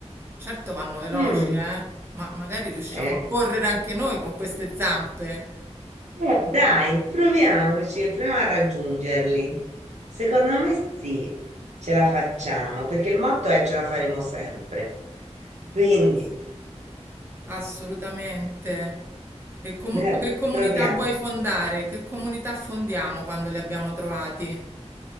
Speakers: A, on the right; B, on the right.
A: Certo vanno veloci,
B: Mm,
A: eh? Ma magari riusciamo
B: eh,
A: a correre anche noi con queste zampe.
B: eh, dai, proviamoci, proviamo a raggiungerli. Secondo me sì, ce la facciamo, perché il motto è ce la faremo sempre. Quindi,
A: Ass- Assolutamente. E comunque
B: eh,
A: che comunità
B: proviamo.
A: vuoi fondare? Che comunità fondiamo quando li abbiamo trovati?